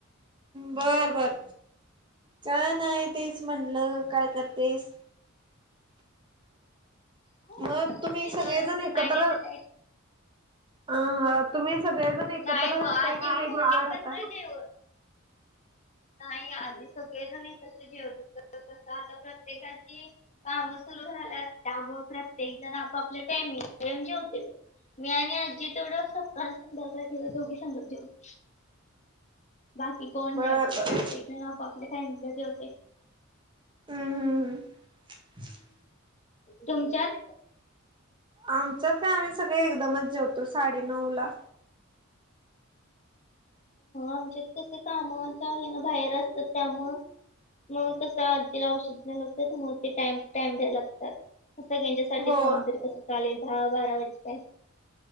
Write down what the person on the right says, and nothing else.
बर बर काय नाही ते म्हणलं काय करतेस?
मग तुम्ही सगळेजण
एकत्र
अ हा तुम्ही सगळेजण एकत्र
राहताय
की वेगवेगळ
राहता.
बर
बर
हम्म हम्म हम्म.
आमचत काय आम्ही सगळे एकदमच जेवतो साडे नऊ ला.
हो